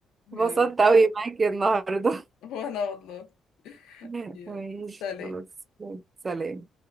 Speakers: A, on the left (about 85°); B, on the right (about 35°).
A: <laughs>
B: اتبسطت
A: يا رب
B: اوي معاكي النهاردة
A: وانا والله
B: <laughs>
A: يا
B: كويس
A: سلام
B: خلاص سلام